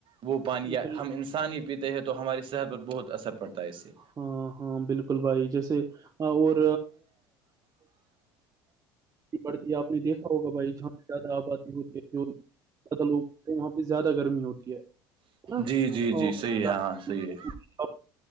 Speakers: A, on the right; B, on the right.
A: وہ پانی یا
B: بال
A: ہم انسان ہی پیتے ہیں تو ہماریے صحت پر بہت اثر پڑتا ہے اس سے
B: ہاں ہاں بالکل بھائی جیسے اور پڑتی ہے آپ نے دیکھا ہوگا بھائی جہاں زیادہ آبادی ہوتی ہے جو زیادہ لوگ وہاں پہ زیادہ گرمی ہوتی ہے ہے نا
A: جی جی جی
B: اور
A: صحیح ہے
B: زیادہ-
A: ہاں صحیح ہے
B: آپ